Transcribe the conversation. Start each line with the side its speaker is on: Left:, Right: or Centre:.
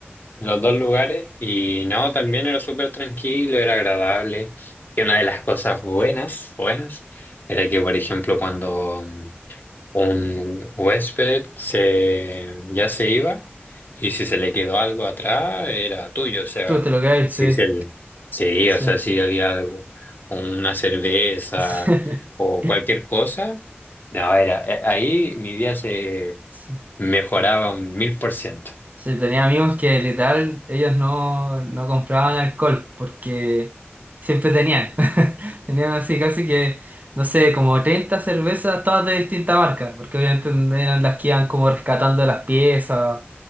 Left: los dos lugares y no, también era súper tranquilo, era agradable. Y una de las cosas buenas, buenas, era que, por ejemplo, cuando mm, un huésped se, ya se iba y si se le quedó algo atrás, era tuyo, o sea,
Right: Tú te lo que
Left: si
Right: sí,
Left: se le- sí,
Right: sí.
Left: o sea, si había algo, una cerveza
Right: <laughs>
Left: o cualquier cosa, no, era, eh, ahí mi día se
Right: Sí.
Left: mejoraba un mil por ciento.
Right: Sí, tenía amigos que literal ellos no, no compraban alcohol porque siempre tenían. <laughs> Tenían así casi que, no sé, como 30 cervezas, todas de distinta marca, porque obviamente eran las que iban como rescatando de las piezas,